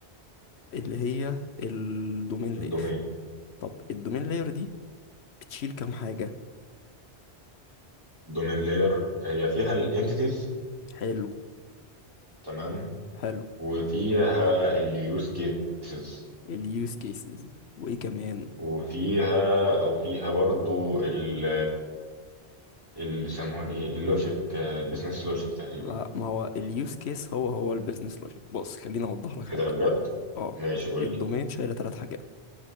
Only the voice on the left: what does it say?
اللي هي الدومين لاير
طب الدومين لاير دي بتشيل كام حاجة
حلو
حلو
اليوز كيسز وايه كمان
لا ما هو اليوز كيس هو هو البيزنس لوجيك بص خليني اوضح لك
حاجة
اه
الدومين
شايلة ثلاث حاجات